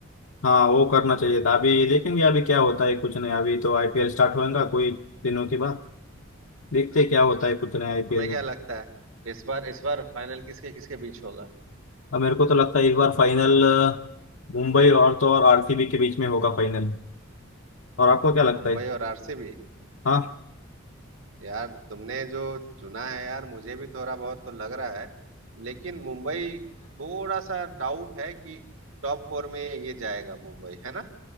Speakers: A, on the left; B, on the right.
A: हाँ वो करना चाहिए था अभी देखेंगे अभी क्या होता है कुछ नहीं अभी तो आईपीएल स्टार्ट होएगा कोई दिनों के बाद देखते हैं क्या होता है कुछ नहीं आईपीएल
B: हमें क्या
A: में
B: लगता है इस बार इस बार फाइनल किसके किसके बीच होगा
A: अब मेरे को तो लगता है इस बार फाइनल मुंबई और तो और आरसीबी के बीच में होगा फाइनल और आपको क्या लगता
B: मुंबई
A: है
B: और आरसीबी
A: हाँ
B: यार तुमने जो चुना है यार मुझे भी थोड़ा बहुत तो लग रहा है लेकिन मुंबई थोड़ा सा डाउट है कि टॉप फोर में ये जाएगा मुंबई है ना